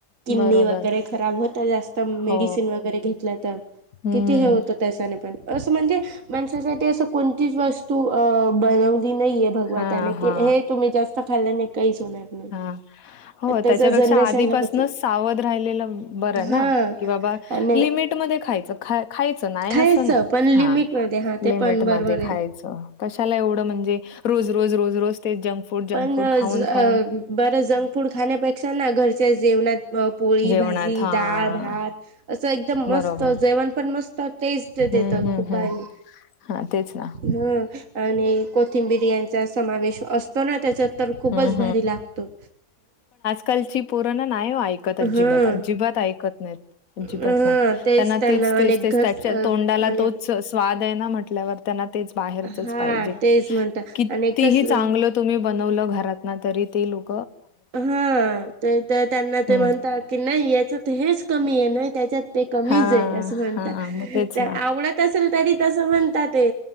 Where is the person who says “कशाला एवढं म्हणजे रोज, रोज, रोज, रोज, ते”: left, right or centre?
Left